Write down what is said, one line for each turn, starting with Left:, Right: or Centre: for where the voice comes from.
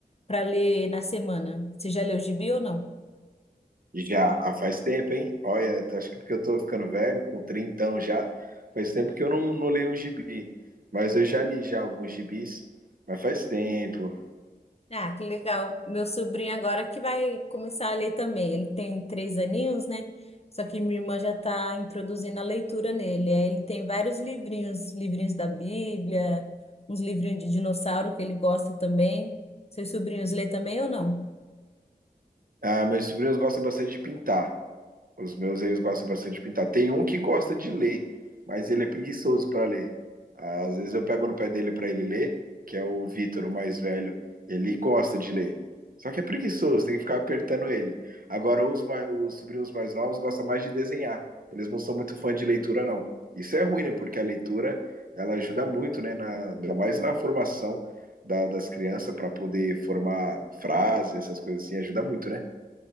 Left: para ler na semana. Você já leu gibi ou não?
Right: E já ah, faz tempo, hein? Olha, acho que porque eu tô ficando velho, com trintão já, faz tempo que eu não, não leio um gibi. Mas eu já li já alguns gibis, mas faz tempo.
Left: Ah, que legal. Meu sobrinho agora que vai começar a ler também. Ele tem três aninhos, né? Só que minha irmã já está introduzindo a leitura nele. Aí ele tem vários livrinhos, livrinhos da Bíblia, uns livrinhos de dinossauro que ele gosta também. Seus sobrinhos lê também ou não?
Right: Ah, meus sobrinhos gostam bastante de pintar. Os meus, eles gostam bastante de pintar. Tem um que gosta de ler, mas ele é preguiçoso para ler. Às vezes eu pego no pé dele para ele ler, que é o Vitor, o mais velho. Ele gosta de ler. Só que é preguiçoso, tem que ficar apertando ele. Agora, os, mais, os sobrinhos mais novos gostam mais de desenhar. Eles não são muito fã de leitura, não. Isso é ruim, né? Porque a leitura ela ajuda muito, né? Na, ainda mais na formação da, das crianças para poder formar frases essas coisas assim, ajuda muito, né?